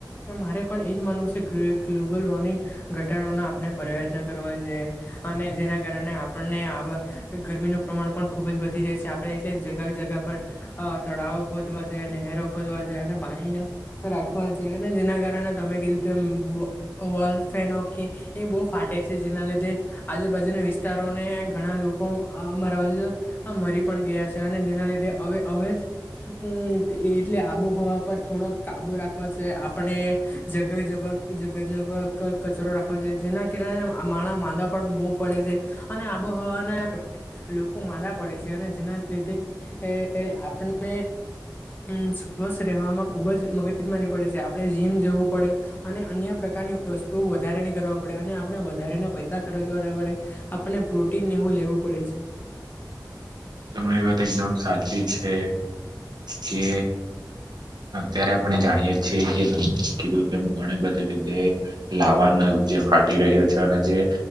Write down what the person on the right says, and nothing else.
તમારી વાત એકદમ સાચી છે કે. અત્યારે આપણે જાણીયે છીએ કે કીધું ઘણા બધા જગ્યાએ લાવવાનું. જે ફાટી રહ્યો છે અને જે